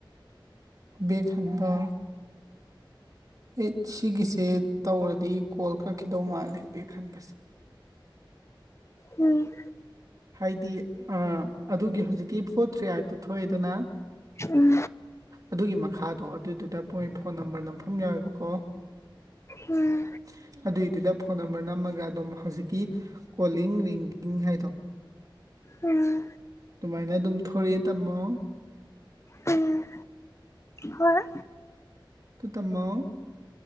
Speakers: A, on the right (about 45°); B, on the left (about 35°).
A: ꯕꯦꯛ ꯍꯟꯕ ꯑꯦ ꯁꯤꯒꯤꯁꯦ ꯇꯧꯔꯗꯤ ꯀꯣꯜ ꯀꯛꯈꯤꯗꯧ ꯃꯥꯜꯂꯦ ꯕꯦꯛ ꯛꯟꯕꯁꯦ
B: ꯎꯝ
A: ꯍꯥꯏꯗꯤ ꯑ ꯑꯗꯨꯒꯤ ꯍꯧꯖꯤꯛꯀꯤ ꯐꯣꯔ ꯊ꯭ꯔꯤ ꯑꯥꯏꯠ ꯇꯣ ꯊꯣꯛꯑꯦꯗꯅ
B: ꯎꯝ
A: ꯑꯗꯨꯒꯤ ꯃꯈꯥꯗꯣ ꯑꯗꯨꯗꯨꯗ ꯃꯣꯏ ꯐꯣꯟ ꯅꯝꯕꯔ ꯅꯝꯐꯝ ꯌꯥꯎꯋꯦꯕꯀꯣ <inaudible>
B: ꯎꯝ
A: ꯑꯗꯨꯏꯗꯨꯗ__ ꯐꯣꯟ ꯅꯝꯕꯔ ꯅꯝꯃꯒ ꯑꯗꯨꯝ ꯍꯧꯖꯤꯛꯀꯤ ꯀꯣꯂꯤꯡ ꯔꯤꯡꯒꯤꯡ ꯍꯥꯏꯗꯣ
B: ꯎꯝ
A: ꯇꯨꯃꯥꯏꯅ ꯑꯗꯨꯝ ꯊꯧꯔꯦ ꯇꯥꯃꯣ
B: ꯎꯝ ꯍꯣꯏ
A: ꯈꯨ ꯇꯥꯃꯣ <unintelligible>